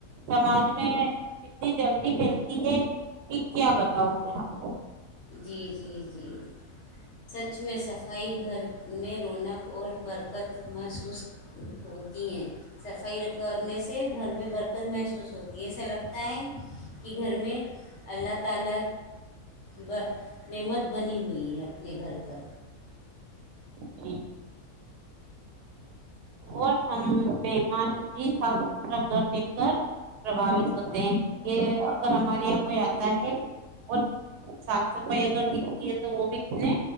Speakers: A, on the right; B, on the left.
A: سمج میں میں اتنی جلدی پھیلتی ہے کہ کیا بتاؤں میں آپ کو
B: جی جی جی سچ میں صفائی گھر میں رونق اور برکت محسوس ہوتی ہیں صفائی کرنے سے گھر میں برکت محسوس ہوتی ہےسا لگ ت کہ گھر میں اللہ تعالی ب نعمت بنی ہوئی ہے اپنے گھر پر
A: جی اور ہم مہمان بھی صاف ستھرا گھر دیکھ کر پربھاوت ہوتے ہیں یہ اگر ہمارے یہاں کوئی آتا ہے اور صاف صفائی اگر دکھتی ہے تو وہ بھی کتنے